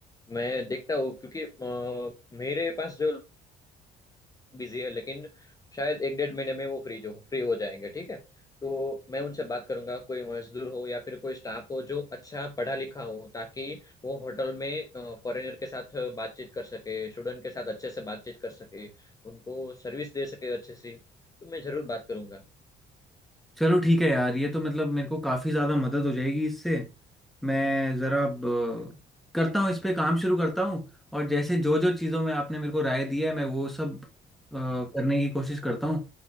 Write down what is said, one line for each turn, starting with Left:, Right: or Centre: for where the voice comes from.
Left: मैं देखता हूँ क्योंकि अ, मेरे पास जो बिजी है लेकिन शायद एक डेढ़ महीने में वो फ्री जो फ्री हो जाएंगे ठीक है तो मैं उनसे बात करूंगा कोई मजदूर हो या फिर कोई स्टाफ हो जो अच्छा पढ़ा लिखा हो ताकि वो होटल में फॉरेनर के साथ बातचीत कर सके स्टूडेंट के साथ अच्छे से बातचीत कर सके उनको सर्विस दे सके अच्छे से तो मैं जरूर बात करूंगा
Centre: चलो ठीक है यार ये तो मतलब मेरे को काफ़ी ज़्यादा मदद हो जाएगी इससे मैं ज़रा अब, अ,
Left: अरे
Centre: करता हूँ इस पे काम शुरू करता हूँ और जैसे जो जो चीज़ों में आपने मेरे को राय दिया है मैं वो सब अ, करने
Left: हाँ
Centre: की कोशिश करता हूँ